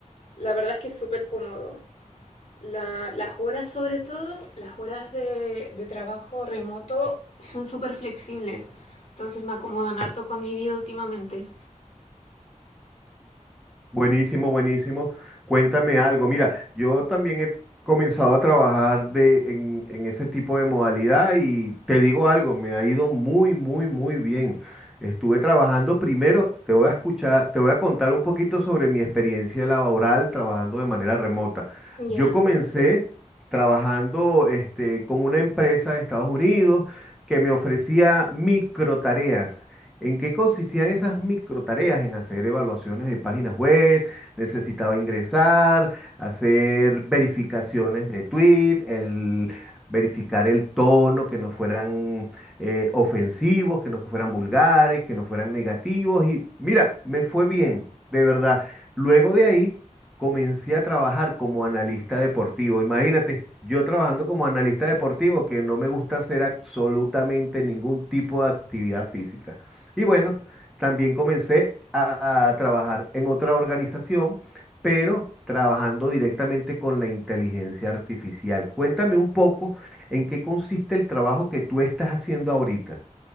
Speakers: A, on the left; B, in the centre.
A: La verdad es que es súper cómodo. La- las horas, sobre todo, las horas de, de trabajo remoto son súper flexibles. Entonces me acomodan harto con mi vida últimamente.
B: Buenísimo, buenísimo. Cuéntame algo. Mira, yo también he comenzado a trabajar de, en, en ese tipo de modalidad y te digo algo, me ha ido muy, muy, muy bien. Estuve trabajando primero, te voy a escuchar, te voy a contar un poquito sobre mi experiencia laboral trabajando de manera remota.
A: ¿Ya?
B: Yo comencé trabajando este, con una empresa de Estados Unidos que me ofrecía microtareas. ¿En qué consistían esas microtareas? En hacer evaluaciones de páginas web, necesitaba ingresar, hacer verificaciones de tweet, el verificar el tono, que no fueran eh, ofensivos, que no fueran vulgares, que no fueran negativos. Y mira, me fue bien, de verdad. Luego de ahí comencé a trabajar como analista deportivo. Imagínate, yo trabajando como analista deportivo, que no me gusta hacer absolutamente ningún tipo de actividad física. Y bueno, también comencé a, a trabajar en otra organización, pero trabajando directamente con la inteligencia artificial. Cuéntame un poco en qué consiste el trabajo que tú estás haciendo ahorita.